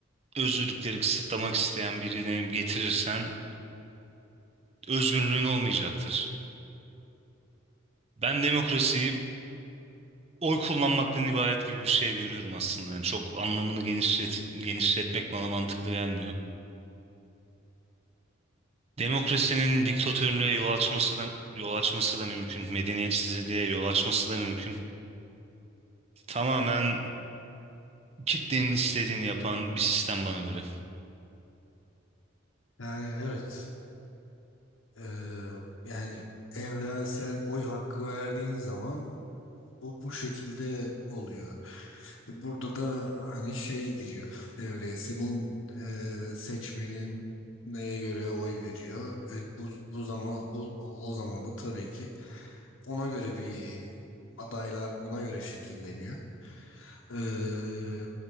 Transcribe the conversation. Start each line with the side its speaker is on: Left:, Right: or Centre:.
Right: Özgürlükleri kısıtlamak isteyen birini getirirsen özgürlüğün olmayacaktır. Ben demokrasiyi oy kullanmaktan ibaret gibi bir şey görüyorum aslında. Yani çok anlamını genişlet, genişletmek bana mantıklı gelmiyor. Demokrasinin diktatörlüğe yol açması da yol açması da mümkün. Medeniyetsizliğe yol açması da mümkün. Tamamen kitlenin istediğini yapan bir sistem bana göre.
Left: Yani evet eee, yani evrensel oy hakkı verdiğin zaman bu bu şekilde oluyor. E, Burada da hani şey giriyor devreye senin eee, seçmenin neye göre oy veriyor. E, bu, bu zaman bu o o zaman da tabii ki Ona göre bir adaylar ona göre şekilleniyor. Ee,